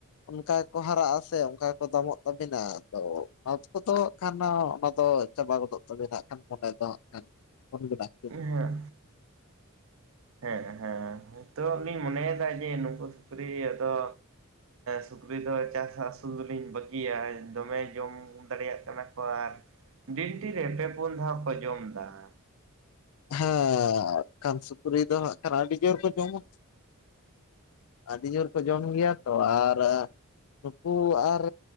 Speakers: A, on the left (about 75°); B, on the right (about 60°).
A: ᱚᱱᱠᱟ ᱜᱮᱠᱚ ᱦᱟᱨᱟᱜ ᱟᱥᱮ ᱚᱱᱠᱟ ᱜᱮᱠᱚ ᱫᱟᱢᱚᱜ ᱛᱟᱵᱤᱱᱟ ᱟᱫᱚ <unintelligible> ᱠᱚᱫᱚ ᱠᱷᱟᱱ ᱚᱱᱟ ᱫᱚ ᱪᱟᱵᱟ ᱜᱚᱫᱚᱜ ᱛᱟᱹᱵᱮᱱᱟ ᱦᱟᱸᱜ ᱠᱷᱟᱱ <unintelligible>
B: ᱦᱮᱸ ᱦᱮᱸ ᱦᱮᱸ ᱱᱤᱛᱚᱜ ᱞᱤᱧ ᱢᱚᱱᱮᱭ ᱫᱟ ᱡᱮ ᱱᱩᱠᱩ ᱥᱩᱠᱨᱤ ᱟᱫᱚ ᱥᱩᱠᱨᱤ ᱫᱚ ᱪᱟᱥ ᱟᱥᱩᱞ ᱫᱚᱞᱤᱧ ᱵᱟᱹᱜᱤᱭᱟ ᱫᱚᱢᱮ ᱡᱚᱢ ᱫᱟᱲᱮᱭᱟᱜ ᱠᱟᱱᱟ ᱠᱚ ᱟᱨ ᱫᱤᱱᱴᱤ ᱨᱮ ᱯᱮ ᱯᱳᱱ ᱫᱷᱟᱣ ᱠᱚ ᱡᱚᱢ ᱫᱟ ᱾
A: ᱦᱮᱸ ᱠᱟᱱ ᱥᱩᱠᱨᱤ ᱫᱚ ᱦᱟᱸᱜ ᱠᱷᱟᱱ ᱟᱹᱰᱤ ᱡᱳᱨ ᱠᱚ ᱡᱚᱢᱟ ᱾ ᱟᱹᱰᱤ ᱡᱳᱨ ᱠᱚ ᱡᱚᱢ ᱜᱮᱭᱟ ᱛᱚ ᱟᱨ ᱱᱩᱠᱩ ᱟᱨ